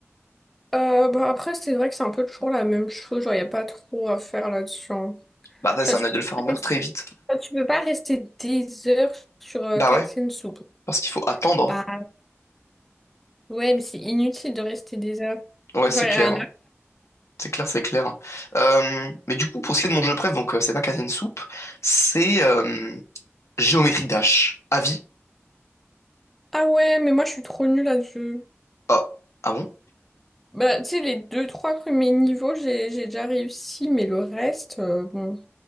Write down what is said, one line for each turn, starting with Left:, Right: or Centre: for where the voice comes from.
Centre: Euh, bah après, c'est vrai que c'est un peu toujours la même chose. Genre, il n'y a pas trop à faire là-dessus. hein.
Left: Bah, ça,
Centre: Je
Left: c'est
Centre: tu
Left: un idle
Centre: peux
Left: farmer
Centre: pas rester,
Left: très vite.
Centre: tu peux pas rester des heures sur euh,
Left: Bah
Centre: Katsuin
Left: ouais.
Centre: Soup.
Left: Parce qu'il faut attendre.
Centre: Bah ouais, mais c'est inutile de rester des heures.
Left: Ouais,
Centre: Genre,
Left: c'est
Centre: il
Left: clair.
Centre: y a un...
Left: hein. C'est clair, c'est clair. Euh, mais du coup, pour ce qui est de mon jeu préf, donc euh, c'est pas Katen soupe, c'est euh, Géométrie Dash. Avis?
Centre: Ah ouais, mais moi, je suis trop nulle là-dessus.
Left: Ah. Ah bon?
Centre: Bah, tu sais, les deux, trois premiers niveaux, j'ai j'ai déjà réussi, mais le reste, euh, bon.